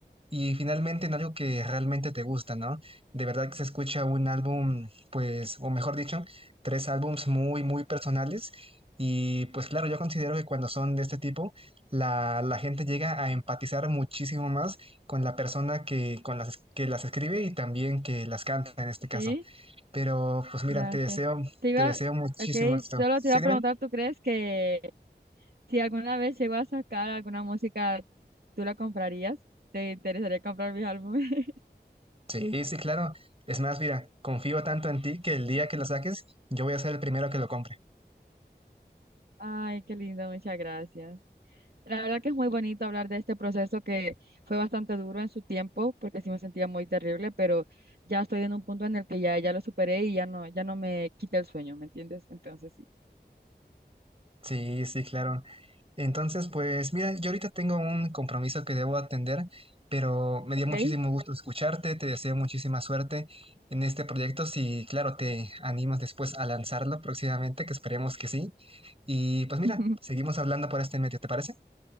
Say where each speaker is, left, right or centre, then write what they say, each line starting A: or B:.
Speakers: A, on the right; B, on the right.
A: y finalmente en algo que realmente te gusta, ¿no? De verdad que se escucha un álbum, pues, o mejor dicho, tres álbums muy, muy personales y pues claro, yo considero que cuando son de este tipo, la, la gente llega a empatizar muchísimo más con la persona que, con las, que las escribe y también que las canta en este caso.
B: Sí,
A: Pero pues mira,
B: gracias.
A: te deseo,
B: Te iba,
A: te deseo muchísimo
B: ok,
A: éxito.
B: solo
A: ¿Sí,
B: te iba a
A: dime?
B: preguntar, ¿tú crees que si alguna vez llego a sacar alguna música, tú la comprarías? ¿Te interesaría comprar mis álbumes? <laughs>
A: Sí, sí, claro. Es más, mira, confío tanto en ti que el día que lo saques, yo voy a ser el primero que lo compre.
B: Ay, qué lindo, muchas gracias. La verdad que es muy bonito hablar de este proceso que fue bastante duro en su tiempo, porque sí me sentía muy terrible, pero ya estoy en un punto en el que ya, ya lo superé y ya no, ya no me quita el sueño, ¿me entiendes? Entonces sí.
A: Sí, sí, claro. Entonces, pues mira, yo ahorita tengo un compromiso que debo atender, pero me
B: ¿Ok?
A: dio muchísimo gusto escucharte, te deseo muchísima suerte en este proyecto, si claro, te animas después a lanzarlo próximamente, que esperemos que sí. Y pues mira,
B: <laughs>
A: seguimos hablando por este medio, ¿te parece?